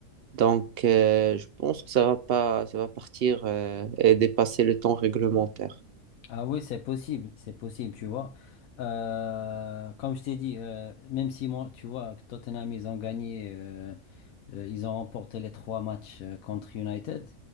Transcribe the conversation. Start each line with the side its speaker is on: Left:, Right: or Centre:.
Right: Donc euh, je pense que ça va pas, ça va partir euh, et dépasser le temps réglementaire.
Left: Ah oui, c'est possible, c'est possible, tu vois. Euh, comme je t'ai dit, euh, même si moi, tu vois, Tottenham, ils ont gagné, euh, euh, ils ont remporté les trois matchs euh, contre United.